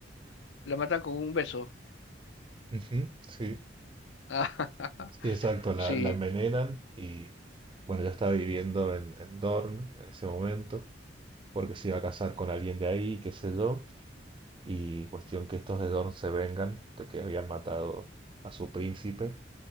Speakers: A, on the left (about 80°); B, on the right (about 30°).
A: la matan con un beso.
B: Ujú, Sí,
A: <laughs>
B: sí, exacto. La,
A: Sí,
B: la envenenan y, bueno, ya estaba viviendo en, en Dorne en ese momento. porque se iba a casar con alguien de ahí, qué sé yo, y cuestión que estos de Dorne se vengan de que habían matado a su príncipe